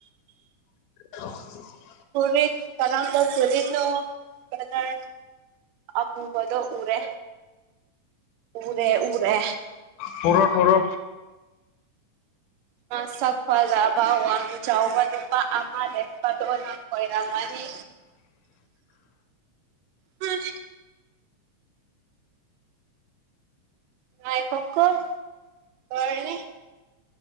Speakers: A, on the left; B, on the right.
A: ꯑ <inaudible>
B: ꯐꯔꯤꯠ ꯀꯔꯝꯕ ꯐꯔꯤꯠꯅꯣ <unintelligible> ꯑꯃꯨꯕꯗꯣ ꯎꯔꯦ ꯎꯔꯦ ꯎꯔꯦ
A: ꯄꯨꯔꯦ ꯄꯨꯔꯦ
B: ꯃꯁꯛ ꯐꯖꯕ ꯋꯥꯡ ꯆꯥꯎꯕ ꯅꯨꯄꯥ ꯑꯃꯥ ꯂ‌ꯦꯞꯄꯗꯨ ꯅꯪ ꯑꫭꯏꯔꯝꯃꯅꯤ
A: <inaudible>
B: ꯍꯥ <unintelligible> ꯉꯥꯏꯈꯣꯀꫭ ꯔꯅꯤ <unintelligible>